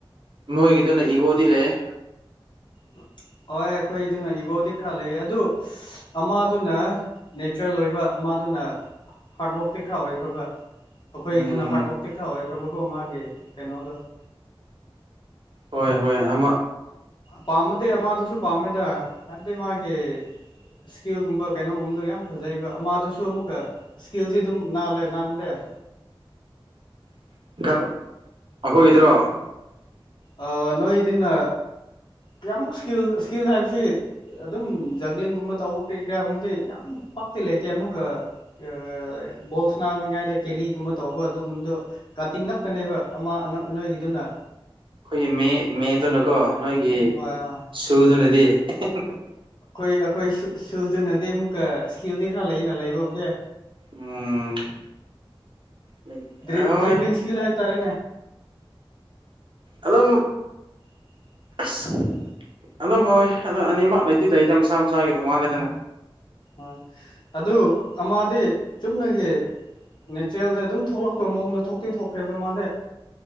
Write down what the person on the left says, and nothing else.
<inaudible> ꯍꯣꯏ ꯑꯩꯈꯣꯏꯗꯨꯅ ꯏꯒꯣꯗꯤ ꯈꯔ ꯂꯩꯌꯦ ꯑꯗꯨ ꯑꯃꯗꯨꯅ ꯅꯦꯆꯔꯦꯜ ꯑꯣꯏꯕ ꯑꯃ <unintelligible> ꯍꯥꯔꯗ ꯋꯥꯛꯇꯤ ꯈꯔ ꯑꯣꯏꯈ꯭ꯔꯕ ꯑꯩꯈꯣꯏꯗꯨꯅ
ꯍꯥꯔꯗ ꯋꯥꯛꯇꯤ ꯈꯔ ꯑꯣꯏꯈ꯭ꯔꯕ <unintelligible> ꯀꯩꯅꯣꯗꯣ <inaudible>
ꯄꯥꯝꯕꯗꯤ ꯑꯃꯗꯨꯁꯨ ꯄꯥꯝꯃꯤꯗ ꯍꯥꯏꯕꯗꯤ ꯃꯥꯒꯤ ꯏꯁꯀꯤꯜꯒꯨꯝꯕ ꯀꯩꯅꯣꯒꯨꯝꯗꯣ ꯌꯥꯝ ꯐꯖꯩꯕ ꯑꯃꯗꯨꯁꯨ ꯑꯃꯨꯛꯀ ꯏꯁꯀꯤꯜꯗꯤ ꯑꯗꯨꯝ ꯅꯥꯜꯂꯦ ꯅꯥꯟꯗꯦ <inaudible>
ꯑ ꯅꯣꯏꯗꯨꯅ ꯀꯌꯥꯃꯨꯛ ꯏꯁꯀꯤꯜ ꯏꯁꯀꯤꯜ ꯍꯥꯏꯕꯁꯤ ꯑꯗꯨꯝ ꯖꯒ꯭ꯂꯤꯡꯒꯨꯝꯕ ꯇꯧꯕ ꯀꯔꯤ ꯀꯔꯥꯒꯨꯝꯕꯗꯤ ꯌꯥꯝ ꯄꯥꯛꯇꯤ ꯂꯩꯇꯦ ꯑꯃꯨꯛꯀ ꯑ ꯕꯣꯜ <unintelligible> ꯀꯦꯔꯤꯒꯨꯝꯕ ꯇꯧꯕ ꯑꯗꯨꯒꯨꯝꯗꯣ ꯀꯥꯇꯤꯡ ꯉꯛꯇꯅꯦꯕ ꯑꯃ ꯑꯅ ꯅꯣꯏꯒꯤꯗꯨꯅ
ꯍꯣꯏ ꯍꯣꯏ ꯑꯩꯈꯣꯏ
ꯑꯈꯣꯏ ꯑꯈꯣꯏ ꯁꯨ ꯁꯨꯗꯨꯅꯗꯤ ꯑꯃꯨꯛꯀ ꯏꯁꯀꯤꯜꯗꯤ ꯈꯔ ꯂꯩꯌꯦꯅ ꯂꯩꯕꯕꯨꯗꯤ
ꯗꯔꯤ ꯗ꯭ꯔꯤꯕ꯭ꯂꯤꯡ ꯏꯁꯀꯤꯜ ꯍꯥꯏꯕ ꯇꯥꯔꯦꯅꯦ
<inaudible>
ꯑꯣꯏ ꯑꯗꯨ ꯑꯃꯗꯤ ꯆꯨꯝꯅꯒꯤ ꯅꯦꯆ꯭ꯔꯦꯜꯗ ꯗꯨꯝ ꯊꯣꯛꯂꯛꯄ ꯃꯑꯣꯡꯗ ꯊꯣꯛꯇꯤ ꯊꯣꯛꯈ꯭ꯔꯦꯕ ꯃꯥꯗꯤ